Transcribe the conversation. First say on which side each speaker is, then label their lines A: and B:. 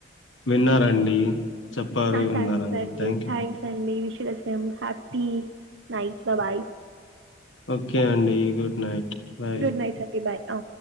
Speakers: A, on the left (about 75°); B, on the right (about 65°).
A: విన్నారండి. చెప్పారు, విన్నారండి.
B: థ్యాక్స్ అండి
A: థ్యాంక్
B: థ్యాక్స్
A: యూ.
B: అండి ఈ విషయ హ్యాపీ నైట్ బా బాయ్
A: ఓకే అండి good night bye.
B: Good night అండి బాయ్ ఆ